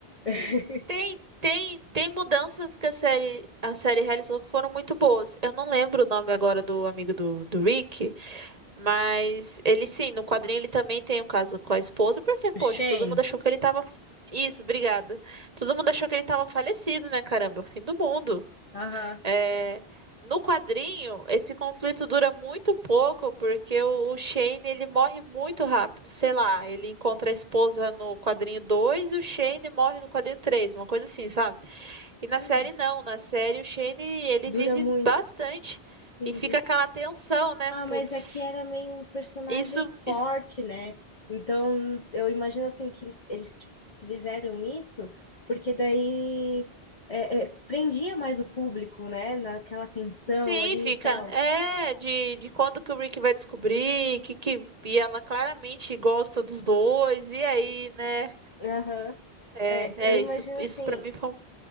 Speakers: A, on the left; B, on the right.
A: <laughs>
B: tem tem tem mudanças que a série a série realizou que foram muito boas. Eu não lembro o nome agora do amigo do, do Rick. Mas ele sim, no quadrinho ele também tem um caso com a esposa, porque, poxa,
A: O Shane,
B: todo mundo achou que ele tava. Isso, obrigada. Todo mundo achou que ele tava falecido, né? Caramba, fim do mundo.
A: aham,
B: É, No quadrinho, esse conflito dura muito pouco, porque o o Shane ele morre muito rápido. Sei lá, ele encontra a esposa no quadrinho 2 e o Shane morre no quadrinho três uma coisa assim, sabe? E
A: sério,
B: na série não, na série o Shane ele
A: dura
B: vive
A: muito.
B: bastante
A: Entendi.
B: e fica aquela tensão, né?
A: Ah, mas
B: Putz.
A: aqui era meio um personagem
B: Isso,
A: forte,
B: isso
A: né? Então, eu imagino assim que eles t- fizeram isso porque daí é, é, prendia mais o público, né? Naquela tensão
B: Sim,
A: ali
B: fica.
A: e tal.
B: É, de, de quando que o Rick vai descobrir, que, que e ela claramente gosta dos dois, e aí, né?
A: Aham.
B: É,
A: É,
B: é
A: eu imagino
B: isso, isso
A: assim,
B: para mim foi um...